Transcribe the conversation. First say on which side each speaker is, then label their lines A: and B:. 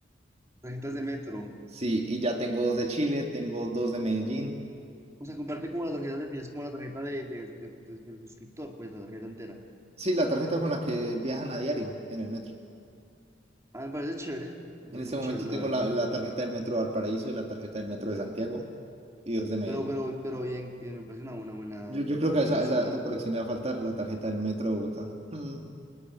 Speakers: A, on the right; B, on the right.
A: Tarjetas de metro.
B: Sí, y ya tengo dos de Chile, tengo dos de Medellín.
A: O sea, comprarte como la tarjeta de pies, como la tarjeta de, de, de- de- del escritor, pues la tarjeta entera.
B: Sí, la tarjeta con la que viajan a diario en el metro.
A: Ah, me parece chévere, me
B: En
A: parece
B: este
A: muy
B: momento
A: chévere, la
B: tengo
A: verdad.
B: la, la tarjeta del metro de Valparaíso y la tarjeta del metro de Santiago y dos de Medellín.
A: Pero, pero, pero bien, bien, me parece una, una buena,
B: Yo, yo creo
A: buena
B: que a
A: colección,
B: esa, a esa,
A: la
B: a
A: verdad.
B: esa colección le va a faltar la tarjeta del metro de Bogotá. Mm.